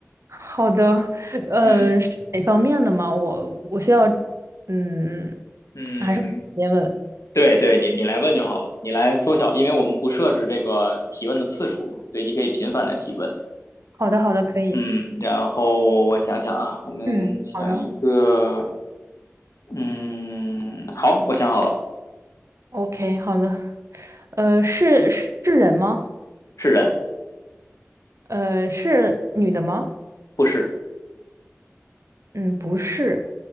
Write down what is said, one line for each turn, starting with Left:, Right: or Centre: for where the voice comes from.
Right: 好的，呃，
Left: 嗯
Right: 是哪方面的吗？我我需要，嗯，
Left: 嗯，
Right: 还是我直接问？
Left: 对对，你你来问就好了，你来缩小，因为我们不设置这个提问的次数嘛，所以你可以频繁的提问。
Right: 好的，
Left: 啊
Right: 好的，可以。
Left: 嗯，然后我想想啊，我们想一个，
Right: 嗯，好的
Left: 嗯，好，我想好了，
Right: ，OK，好的。呃，是是人吗？
Left: 是人，
Right: 呃，是女的吗？
Left: 不是，
Right: 嗯，不是，